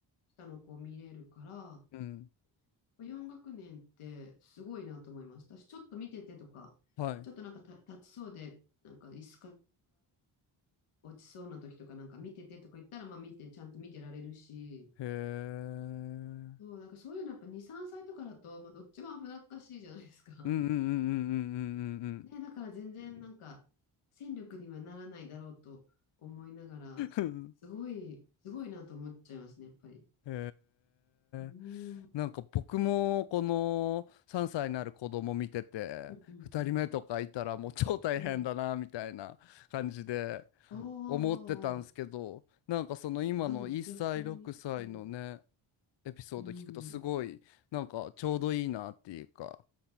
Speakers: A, on the left; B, on the left.
A: 下の子を見れるから、
B: うん。
A: 4学年ってすごいなと思います。私、ちょっと見ててとか、
B: はい。
A: ちょっとなんかた立ちそうで、なんか椅子が落ちそうな時とか、なんか見ててとか言ったら、まあ見て、ちゃんと見てられるし、
B: へえ。
A: そう、なんかそういうのやっぱ2、3歳とかだと、まあ、どっちも危なっかしいじゃないですか。
B: うんうんうんうん
A: ね、だから全う然ん。なんんか戦力にはならないだろうと思いながら、
B: うんうんうんうん
A: すごい、
B: <laughs>
A: すごいなと思っちゃいますね、やっぱり。
B: へ
A: うーん。
B: え。なんか僕もこの3歳になる子供見てて、
A: うんうんうん。
B: 2人目とかいたらもう超大変だなみたいな感じで
A: うん。おーおーおーおー
B: 思ってたんですけど、なんかその今の1歳、
A: あ、でも逆に。
B: 6歳のね、
A: うん。
B: エピソード聞くとすごいなんかちょうどいいなっていうか。
A: うん。